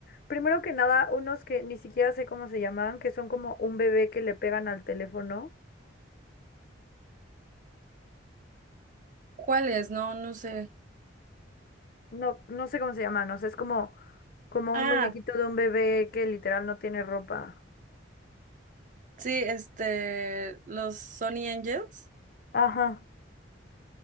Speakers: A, on the left (about 50°); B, on the right (about 40°).
A: primero que nada, unos que ni siquiera sé cómo se llaman, que son como un bebé que le pegan al teléfono.
B: ¿Cuáles? No, no sé.
A: No, no sé cómo se llaman, o sea, es como, como
B: Ah,
A: un muñequito de un bebé que literal no tiene ropa.
B: sí, este, los Sony Angels.
A: Ajá,